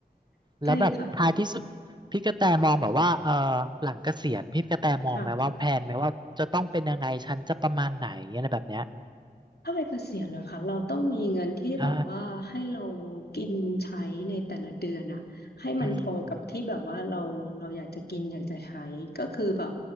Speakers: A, on the left; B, on the right.
A: <laughs>
B: แล้วแบบท้ายที่สุดพี่กระแตมองแบบว่าเออ
A: ใช่ค่ะ
B: หลังเกษียณพี่กระแตมองไหมว่าแผนไหมว่าจะต้องเป็นยังไงฉันจะประมาณไหนอะไรแบบเนี้ย
A: ค่ะ ถ้าไปเกษียณนะคะเราต้องมีเงินที่แบบว่าให้เรา
B: ใช่
A: กินใช้ในแต่ละเดือนอะให้มันพอกับที่แบบว่าเราเราอยากจะกินอยากจะใช้ก็คือแบบ
B: อืม